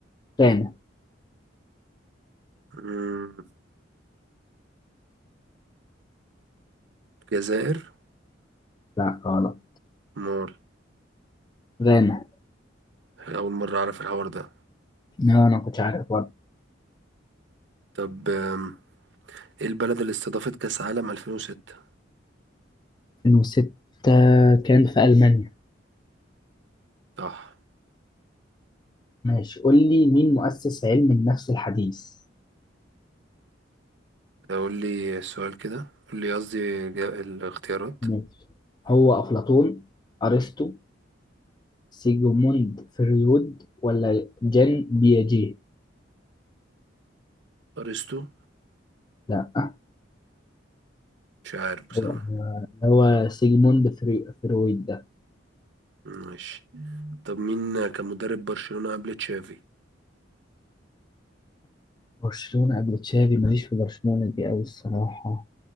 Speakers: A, on the left (about 25°); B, on the right (about 65°).
A: غانا
B: مم، الجزائر
A: لا غلط
B: مول
A: غانا
B: أول مرة أعرف الحوار ده
A: لا انا ما كنتش عارف
B: طب آم، إيه البلد اللي استضافت كأس عالم 2006
A: 2006 كان في ألمانيا
B: صح
A: ماشي قول لي مين مؤسس علم النفس الحديث
B: طب قول لي السؤال كده قول لي قصدي جا- الاختيارات
A: ماشي هو أفلاطون أرسطو سيجموند فريود ولا جان بياجيه
B: أرسطو
A: لا
B: مش عارف بصراحة
A: هو هو سيجموند فري... فرويد ده
B: ماشي طب مين كان مدرب برشلونة قبل تشافي
A: برشلونة قبل تشافي ماليش في برشلونة دي أوي الصراحة